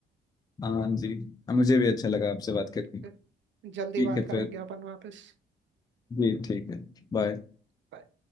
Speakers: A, on the left; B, on the right.
A: हाँ जी हाँ, मुझे भी अच्छा लगा आपसे बात करके
B: फिर
A: ठीक
B: जल्दी बात
A: है
B: करेंगे
A: फिर
B: अपन वापस
A: जी ठीक है बाय
B: Bye.